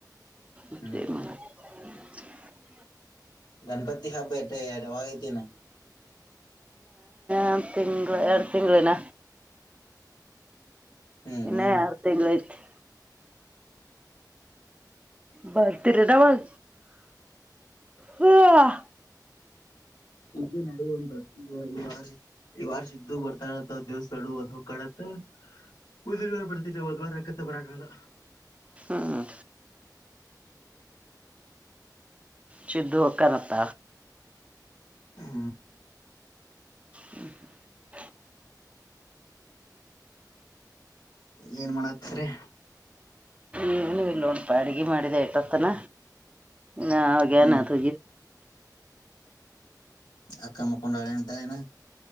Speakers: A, on the right; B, on the left.
A: ಇಷ್ಟ
B: ಹ್ಮ್
A: ಮಾಡ <unintelligible>
B: ಗಣಪತಿ ಹಬ್ಬ ಟೆ ಯ ಅವಾವಾಗೈತನಾ
A: ಆರು ತಿಂಗಳು ಎರಡು ತಿಂಗಳಿನ
B: ಹ್ಮ್
A: ಇನ್ನ
B: ಹ್ಮ್
A: ಎರಡು ತಿಂಗಳ ಅಹಿತಿ ಬರ್ತಿರೆನ ಅವಾಗ ಹ
B: ಹ ನಡುವ ಈ ವಾರ್ಷ ಈ ವಾರ್ಷ ಇದ್ದು ಬರ್ತಾತ್ ದೇವಸ್ಥಳ ಅದ್ ಹೋಗ ಕಾಣತ್ ಉದ್ರವಾರ ಪಡ್ ಒ ಬಾರ ರಕ್ಕತೆ ಬರಕಾರಲ್ಲ
A: ಹ್ಮ್ ಸಿಧು ಕನತ್ತ
B: ಹಾ
A: ಹ್ಮ ಹ್ಮ
B: ಏನ್ ಮಾಡತ್ರಿ
A: ಏನು ಇಲ್ಲ ಒಣಪ ಅಡಿಗೆ ಮಾಡಿದೆ ಎಟ್ಟತ್ತನ ನಾ ಆಗ
B: ಹ್ಮ್
A: ನ ತು
B: ಅಕ್ಕ ಮುಖಂಡಾಳೆಂತನ